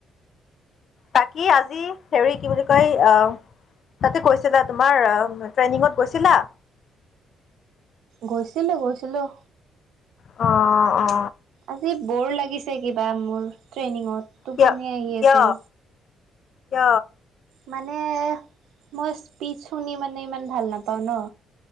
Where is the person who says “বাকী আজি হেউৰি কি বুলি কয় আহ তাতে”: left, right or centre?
Left